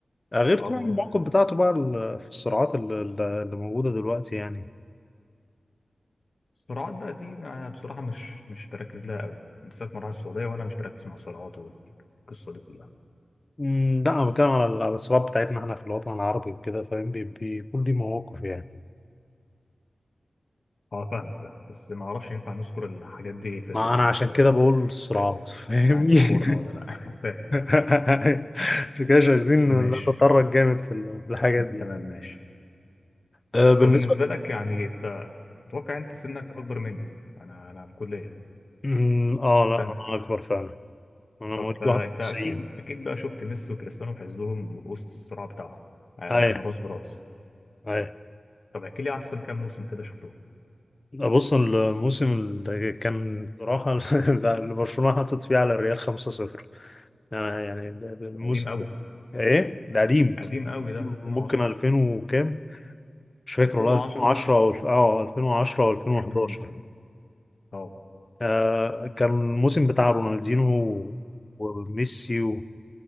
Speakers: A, on the left; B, on the left.
A: غير
B: اه
A: طبعا
B: بالظبط
A: المواقف بتاعته بقى ال- في الصراعات ال- ال- اللي موجوده دلوقتي يعني
B: السرعات بقى دي ما- بصراحة مش مش بركز لها قوي بالذات مرة على السعودية وأنا مش بركز مع السرعات والقصة دي كلها
A: أمم، لا انا بتكلم على ال- على الصراعات بتاعتنا احنا في الوطن العربي وكده فاهم بي- بيكون لي مواقف يعني
B: أه فاهمك فاهم بس ما أعرفش ينفع نذكر الحاجات دي في, ال...
A: ما انا عشان
B: آه،
A: كده بقول الصراعات
B: في
A: فاهمني
B: يعني في حوارنا ولا لأ <laughs> فاهم
A: <laughs> عشان كده مش عايزين
B: ماشي
A: نتطرق جامد في ال- في الحاجات دي
B: تمام ماشي
A: أه، بالنسبه
B: طب بالنسبة لك يعني أنت أتوقع أنت سنك أكبر مني أنا أنا في كلية
A: أمم، اه لا
B: فأنت
A: انا اكبر فعلا انا
B: طب
A: مواليد
B: فأنت
A: 91
B: أكيد أكيد بقى شفت ميسي وكريستيانو في عزهم وسط الصراع بتاعهم آه
A: ايوه
B: كانوا راس براس
A: ايوه
B: طب احكي لي أحسن كام موسم كده شفتوه
A: بص الموسم اللي كان بصراحة <laughs> اللي برشلونة حطت فيه على الريال 5-0 يعني يعني الموسم
B: قديم قوي
A: ده ايه ده قديم
B: قديم قوي ده
A: ممكن
B: 2010
A: 2000 وكام مش فاكر
B: 2010
A: والله 2010 او اه 2010 او 2011
B: في الحدود دي اه
A: آه كان الموسم بتاع رونالدينو وميسي